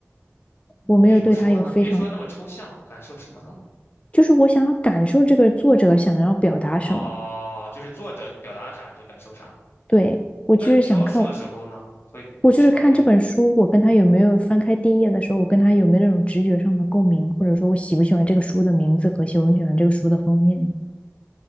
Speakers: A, on the left (about 25°); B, on the left (about 50°).
A: 我没有对它有非常，
B: 比如说呢，别说那么抽象，感受什么呢？
A: 就是我想要感受这个作者想要表达什么，
B: 哦，就是作者表达啥你就感受啥。
A: 对，我就是想看，
B: 那你挑书的时候呢，会以什么为？
A: 我就是看这本书，我跟他有没有翻开第一页的时候，我跟他有没有那种直觉上的共鸣，或者说我喜不喜欢这个书的名字和喜不喜欢这个书的封面。